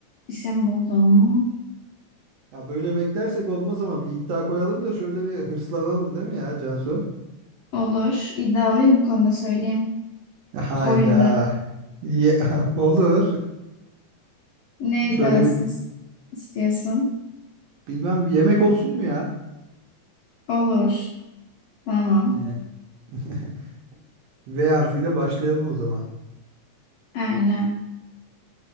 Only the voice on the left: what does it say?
isim buldum.
Olur. İddialıyım bu konuda söyleyeyim.
Oyunda.
Ne
iddiasız
istiyorsun?
Olur. Tamam.
Aynen.